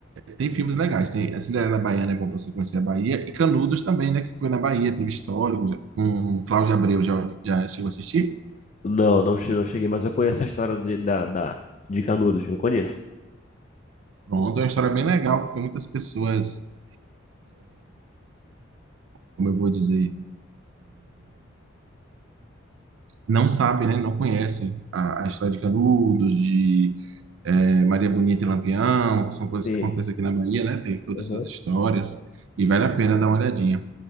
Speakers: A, on the right; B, on the left.
A: Tem filmes legais, tem a Cinderela Baiana é bom para você conhecer a Bahia, e Canudos também, né, que foi na Bahia, teve histórico, já- com Cláudio Abreu, já, já chegou a assistir?
B: Não, não, che- não cheguei, mas eu conheço a história de, da, da, de Canudos, eu conheço.
A: Pronto, é uma história bem legal, porque muitas pessoas, como eu vou dizer, não sabem, né, não conhecem a, a história de Canudos, de eh, Maria Bonita e Lampião, que são coisas
B: Sim.
A: que acontecem aqui na Bahia, né, tem todas
B: Aham,
A: essas histórias, e vale a pena dar uma olhadinha.